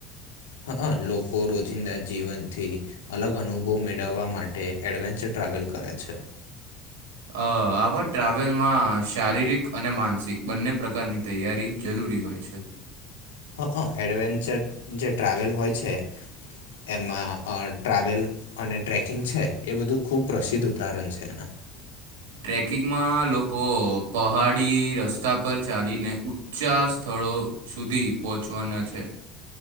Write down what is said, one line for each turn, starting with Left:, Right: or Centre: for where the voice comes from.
Left: હક લોકો રોજિંદા જીવનથી અલગ અનુભવ મેળવવા માટે એડવેન્ચર ટ્રાવેલ કરે છે.
Right: અ આવા ટ્રાવેલમાં શારીરિક અને માનસિક બંને પ્રકારની તૈયારી જરૂરી પૂરી હોય છે.
Left: હઅ એડવેન્ચર જે ટ્રાવેલ હોય છે. એમાં અ ટ્રાવેલ અને ટ્રેકિંગ છે એ બધું ખુબ પ્રસિદ્ધ ઉદાહરણ છે એના. <inaudible> <unintelligible>
Right: ટ્રેકિંગમાં લોકો પહાડી રસ્તા પર ચાલીને ઊંચા સ્થળ સ્થળો સુધી પહોંચવાના છે.